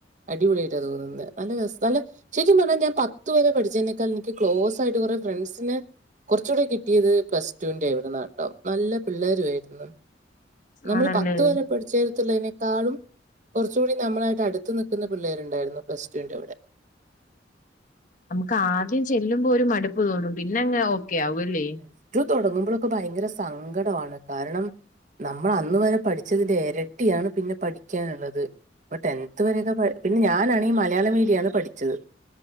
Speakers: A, on the right (about 40°); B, on the left (about 45°).
A: അടിപൊളിയായിട്ടാണ് തോന്നുന്നത് നല്ല രസ നല്ല ശരിക്കും പറഞ്ഞാൽ ഞാൻ പത്ത് വരെ പഠിച്ചതിനേക്കാൾ എനിക്ക് ക്ലോസ് ആയിട്ട് കുറ ഫ്രണ്ട്സിന് കൊർച്ചൂടെ കിട്ടിയത് പ്ലസ് ടുന്റെ അവിടുന്നാട്ടോ നല്ല പിള്ളേരു ആയിരുന്നു നമ്മള്
B: ആണല്ലേ
A: പത്ത് വരെ പഠിചേൽ തന്നെ താളും കുറച്ച കൂടി നമ്മളായിട്ട് അടുത്ത് നിക്കുന്ന പിള്ളേരുണ്ടായിരുന്നു പ്ലസ് ടു വിന്റെവിടെ
B: നമുക്ക് ആദ്യം ചെല്ലുമ്പോ ഒരു മടുപ്പ് തോന്നും പിന്നെ അങ്ങ് ഓക്കെ ആവും അല്ലേ
A: തുടങ്ങുമ്പോളൊക്കെ ഭയങ്കര സങ്കടമാണ് കാരണം നമ്മൾ അന്ന് വരെ പഠിച്ചതിന്റെ ഇരട്ടിയാണ് പിന്നെ പഠിക്കാനുള്ളത് അപ്പൊ ടെൻത് വരെയൊക്കെ പിന്നെ ഞാനാണെങ്കില് മലയാള മീഡിയണ് പഠിച്ചത്